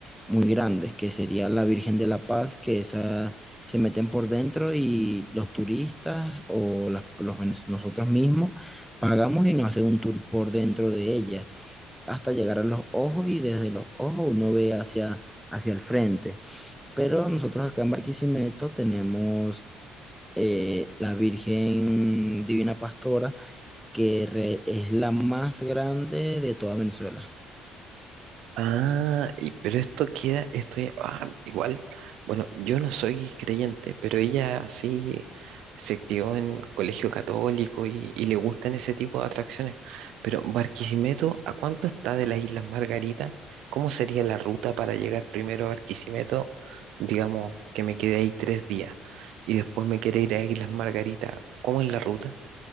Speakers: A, in the centre; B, on the right.
A: muy grandes, que sería la Virgen de la Paz, que esa se meten por dentro y los turistas o las- los venez- nosotros mismos pagamos y nos hacen un tour por dentro de ella, hasta llegar a los ojos y desde los ojos uno ve hacia, hacia el frente. Pero nosotros acá en Barquisimeto tenemos eh, la Virgen Divina Pastora que re- es la más grande de toda Venezuela.
B: Ah, y pero esto queda, esto ya- ah, igual, bueno, yo no soy creyente, pero ella sí se crió en colegio católico y, y le gustan ese tipo de atracciones. Pero Barquisimeto, ¿a cuánto está de las Islas Margarita? ¿Cómo sería la ruta para llegar primero a Barquisimeto? Digamos que me quedé ahí tres días y después me quiere ir a Islas Margarita. ¿Cómo es la ruta?